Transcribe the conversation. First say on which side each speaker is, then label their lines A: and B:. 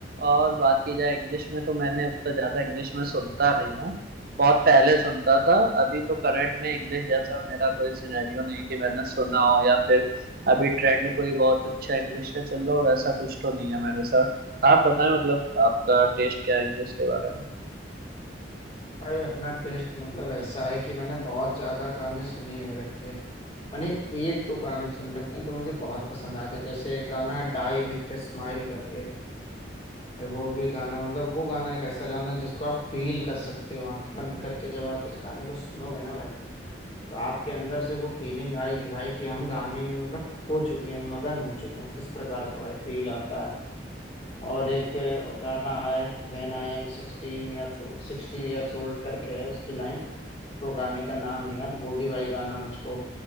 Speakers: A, on the right; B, on the left.
A: और बात की जाए इंग्लिश में तो मैंने उतना ज्यादा इंग्लिश में सुनता नहीं हूँ बहुत पहले सुनता था अभी तो करंट में इंग्लिश जैसा मेरा कोई सिनेरियो नहीं कि मैंने सुना हो या फिर अभी ट्रेंड कोई बहुत अच्छा इंग्लिश का चल रहा हो वैसा कुछ तो नहीं है मेरे साथ आप बताएं मतलब आपका टेस्ट क्या है इंग्लिश के बारे में
B: भाई अपना टेस्ट मतलब ऐसा है कि मैंने बहुत ज्यादा गाने सुन ही नहीं रखे हैं। मैंने एक दो गाने सुन रखे हैं जो मुझे बहुत पसंद आए थे जैसे एक गाना है डाई विथ ए स्माइल करके वो भी गाना मतलब वो गाना एक ऐसा गाना है जिसको आप फील कर सकते हो आंख बंद करके जब आप उस गाने को सुनोगे ना भाई तो आपके अंदर से वो फीलिंग आएगी भाई कि हम गाने में मतलब खो चुके हैं मगन हो चुके हैं इस प्रकार का भाई फील आता है और एक गाना है when I am sixteen years sixty years old करके है उसकी लाइन तो गाने का नाम नहीं याद वो भी भाई गाना मुझको